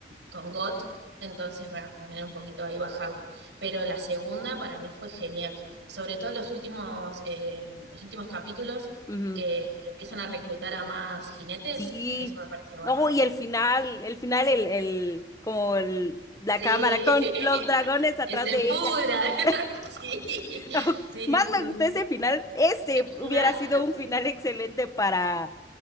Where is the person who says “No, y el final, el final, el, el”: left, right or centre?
Left